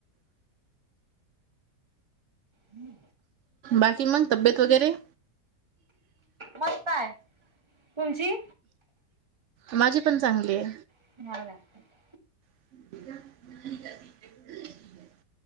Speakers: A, on the right; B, on the right.
A: हम
B: बाकी मंग तब्येत वगैरे.
A: मस्तय तुमची
B: माझी पण चांगली आहे.
A: <unintelligible>
B: <inaudible>